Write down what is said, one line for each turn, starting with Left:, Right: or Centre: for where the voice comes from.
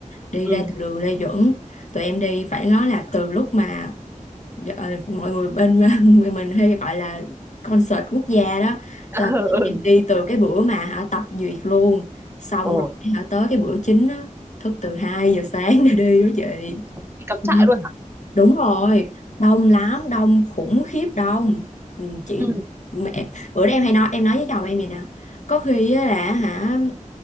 Left: đi
Right: ừ
Left: ra từ đường Lê Duẩn. Tụi em đi phải nói là từ lúc mà ờ, mọi người bên <laughs> mình hay gọi là concert quốc gia đó. Xong
Right: <laughs> ừ ừ
Left: em đi từ cái bữa mà họ tập duyệt luôn. Xong
Right: ồ
Left: rồi họ tới cái bữa chính đó thức từ 2 giờ sáng để đi đó chị
Right: đi cắm
Left: Ừ,
Right: trại luôn hả
Left: đúng rồi đông lắm đông khủng khiếp đông ừ, chị
Right: ừ
Left: mẹ bữa đó em hay nói em nói với chồng em vậy nè có khi á là hả